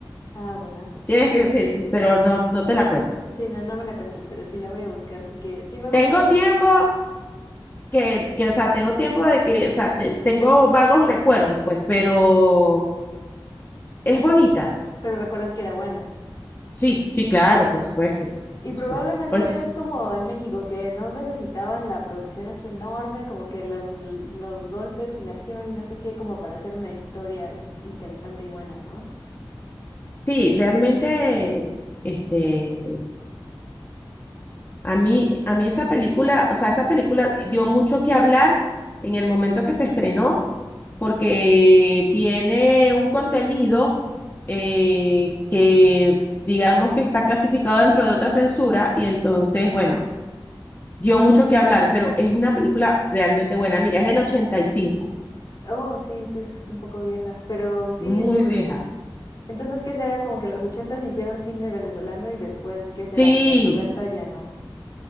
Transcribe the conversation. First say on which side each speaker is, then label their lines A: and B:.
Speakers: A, on the left (about 50°); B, on the left (about 25°).
A: Ah, buenazo.
B: Tienes que, sí, sí, pero no, no te la cuento.
A: Sí, no, no me la cuentes, pero sí la voy a buscar porque sí me gusta,
B: Tengo tiempo que, que, o sea, tengo tiempo de que, o sea, te- tengo vagos recuerdos, pues, pero es bonita.
A: pero recuerdas que era buena.
B: Sí, sí, claro, por supuesto,
A: Y
B: por
A: probablemente
B: supuesto. Por eso,
A: es como en México, que no necesitaban la producción así enorme, como que los, los golpes y la acción y no sé qué, como para hacer una historia interesante y buena, ¿no?
B: sí, realmente, este, a mí, a mí esa película, o sea, esa película dio mucho que hablar en el momento que se estrenó, porque tiene un contenido eh, que, digamos que está clasificado dentro de otra censura, y entonces, bueno, dio mucho que hablar, pero es una película realmente buena. Mira, es del 85,
A: Oh, sí, sí es un poco vieja, pero sí,
B: muy
A: sobre...
B: vieja.
A: Entonces, ¿qué será? Como que en los ochentas hicieron cine venezolano y después, ¿qué serán?
B: Sí,
A: Del noventa ya no.